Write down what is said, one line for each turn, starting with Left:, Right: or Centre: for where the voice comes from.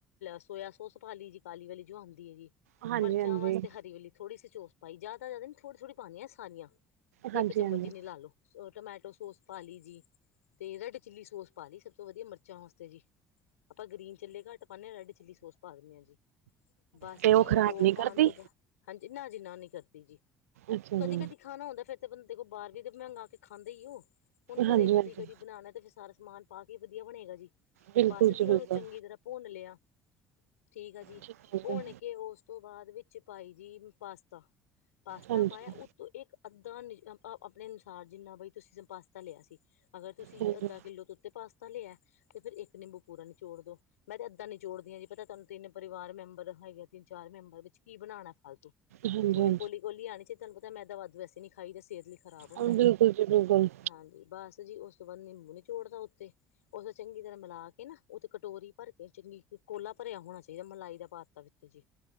Left: ਸੋਇਆ ਸੋਸ ਪਾ ਲਈ ਜੀ ਕਾਲੀ ਵਾਲੀ ਜੋ ਹੁੰਦੀ ਆ ਜੀ।
Right: ਹਾਂਜੀ,
Left: ਮਿਰਚਾਂ
Right: ਹਾਂਜੀ
Left: ਵਾਸਤੇ ਹਰੀ ਵਾਲੀ ਥੋੜ੍ਹੀ ਸੋਸ ਪਾਈ ਜ਼ਿਆਦਾ ਜ਼ਿਆਦਾ ਨੀ ਥੋੜੀ ਥੋੜ੍ਹੀ ਪਾਉਦੀਆਂ ਸਾਰੀਆਂ।
Right: ਹਾਂਜੀ
Left: ਇੱਕ ਚਮਚ ਜਿੰਨੀ ਲਾ ਲੋ ਟਮੈਟੋ ਸੋਸ ਪਾ ਲਈ ਜੀ ਤੇ ਇਹਦਾ ਚਿੱਲੀ ਸੋਸ ਪਾ ਲਈ ਸਭ ਤੋਂ ਵਧੀਆ ਮਿਰਚਾਂ ਵਾਸਤੇ ਜੀ। ਆਪਾਂ ਗ੍ਰੀਨ ਚਿੱਲੇ ਘੱਟ ਪਾਣੇ ਆ ਰੈਡ ਚਿੱਲੀ ਸੋਸ ਪਾ ਦਿੰਦੇ ਹਾਂ ਜੀ ਬਸ
Right: ਤੇ
Left: ਜੀ
Right: ਖ਼ਰਾਬ
Left: ਉਹ
Right: ਨੀ ਕਰਦੀ।
Left: ਪਾਉਣ ਤੋਂ ਬਾਅਦ ਹਾਂਜੀ, ਨਾ ਜੀ ਨਾ ਨੀ ਕਰਦੀ ਜੀ
Right: ਅੱਛਾ
Left: ਕਦੀ
Right: ਜੀ,
Left: ਕਦੀ ਖਾਣਾ ਹੁੰਦਾ ਫੇਰ ਤੇ ਬੰਦੇ ਕੋਲ ਬਾਹਰ ਵੀ ਤੇ ਮੰਗਾ ਕੇ ਖਾਂਦੇ ਹੀ ਉਹ ਹੁਣ ਘਰੇ
Right: ਹਾਂਜੀ,
Left: ਕਦੀ
Right: ਹਾਂਜੀ
Left: ਕਦੀ ਬਣਾਣਾ ਤੇ ਫਿਰ, ਸਾਰਾ ਸਮਾਨ ਪਾ ਕੇ ਵਧੀਆ ਬਣੇਗਾ ਜੀ
Right: ਬਿਲਕੁਲ
Left: ਬਸ ਜੀ ਉਹਨੂੰ
Right: ਬਿਲਕੁਲ।
Left: ਚੰਗੀ ਤਰ੍ਹਾਂ ਭੁੰਨ ਲਿਆ ਠੀਕ ਆ ਜੀ
Right: ਠੀਕ ਹੈ ਜੀ,
Left: ਭੁੰਨ ਕੇ ਉਸ ਉਸ ਤੋਂ ਬਾਅਦ ਵਿੱਚ ਪਾਈ ਜੀ ਪਾਸਤਾ ਪਾਸਤਾ
Right: ਹਾਂਜੀ,
Left: ਪਾਇਆ ਇੱਕ ਅੱਧਾ ਨ ਆਪਣੇ ਅਨੁਸਾਰ ਜਿੰਨਾ ਬਈ ਤੁਸੀਂ ਪਾਸਤਾ ਲਿਆ ਸੀ ਅਗਰ ਤੁਸੀਂ
Right: ਹਾਂਜੀ,
Left: ਅੱਧਾ ਕਿੱਲੋ ਤ ਉੱਤੇ ਪਾਸਤਾ ਲਿਆ ਤੇ ਫਿਰ ਇੱਕ ਨਿੰਬੂ ਪੂਰਾ ਨੀਚੋੜ ਦੋ ਮੈਂ ਤੇ ਇੱਦਾਂ ਨੀਚੋੜਦੀ ਹਾਂ ਜੀ ਪਤਾ ਤੁਹਾਨੂੰ ਤਿੰਨ ਪਰਿਵਾਰ ਮੈਂਬਰ ਹੈਗੇ ਤਿੰਨ ਚਾਰ ਮੈਂਬਰ ਵਿੱਚ ਕੀ ਬਣਾਉਣਾ ਫ਼ਾਲਤੂ
Right: ਹਾਂਜੀ,
Left: ਥੋੜੇ ਕੋਲੀ ਕੋਲੀ ਆਣੀ ਸੀ ਤਹਾਨੂੰ ਪਤਾ ਮੈਦਾ ਵੱਧ ਵੈਸੇ ਨੀ ਖਾਈ ਜਾਂ ਸਿਹਤ ਲਈ ਖ਼ਰਾਬ ਹੁੰਦਾ
Right: ਹਾਂਜੀ ਬਿਲਕੁਲ ਜੀ ਬਿਲਕੁਲ।
Left: ਹਾਂਜੀ ਬੱਸ ਜੀ ਉਸ ਤੋਂ ਬਾਅਦ ਨਿੰਬੂ ਨਿਚੋੜਦਾ ਉੱਤੇ ਉਸੇ ਚੰਗੀ ਤਰ੍ਹਾਂ ਮਿਲਾ ਕੇ ਨਾ ਉ ਤੇ ਕਟੋਰੀ ਭਰ ਕੇ ਚੰਗੀ ਕੋਲਾ ਭਰਿਆ ਹੋਣਾ ਚਾਹੀਦਾ ਮਲਾਈ ਦਾ ਪਾਤਾ ਵਿੱਚ ਜੇ